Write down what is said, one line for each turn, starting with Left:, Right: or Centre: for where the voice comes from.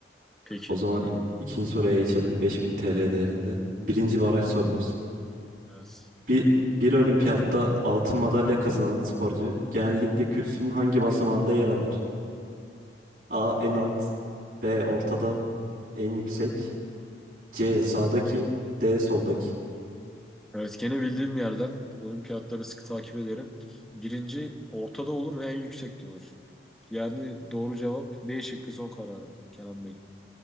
Centre: Peki.
Right: O zaman i- ikinci soruya geçelim. 5000 TL değerinde. Birinci baraj sorunuz.
Centre: Evet.
Right: Bir, bir olimpiyatta altın madalya kazanan sporcu genellikle kürsünün hangi basamağında yer alır? A. En alt B. Ortada En yüksek C. Sağdaki D. Soldaki
Centre: Evet gene bildiğim bir yerden olimpiyatları sıkı takip ederim. Birinci ortada olur ve en yüksekte olur. Yani doğru cevap B şıkkı son kararım Kenan Bey.